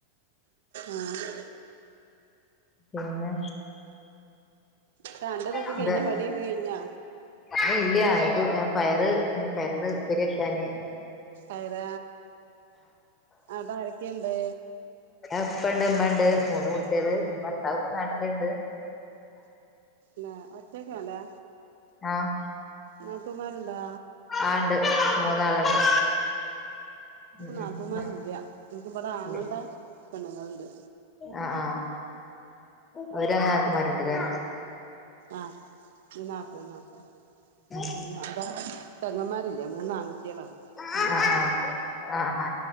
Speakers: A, on the right; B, on the left.
A: ആഹ
B: പിന്നെ
A: ത്താ അന്റതൊക്കെ
B: അത
A: കഴിഞ്ഞ പണിയൊക്കെ കഴിഞ്ഞാ
B: അ ഇല്ലയ എക്ക് ഞാൻ പയറ് എന്ത് പയരുട് ഉപ്പരി വെക്കാന്
A: ആയത ആതരൊക്കെയുണ്ട്
B: അപ്പണ്ട് അമ്മ ഉണ്ട് മൂന്ന് കുട്ടികള് ഭർത്താവക്ക നാട്ടിലുണ്ട്
A: ല്ല ഒറ്റക്കല്ലേ
B: ആഹ്
A: നട്ടമാരുണ്ടോ
B: ആ ഉണ്ട് മൂന്നാളുണ്ട് ഉം ഉം
A: നാട്ടുമാരില്ല എനിക്ക്ി ഇവിടെ ആങ്ങുടെ
B: ഇല്ല
A: പെണ്ണുങ്ങളുണ്ട്
B: ആ ആഹ അവരങ്ങനെ ആക്കമാരുണ്ട്ല്ലേ
A: ആഹ് നാത്തൂൻ നാത്തൂൻ
B: <unintelligible>
A: അതാ പെങ്ങന്മാരില്ല മൂന്ന് ആൺകുട്ടികളാ
B: ആഹ
A: ഉമ്മാക്ക്
B: ആ ആഹ് ആ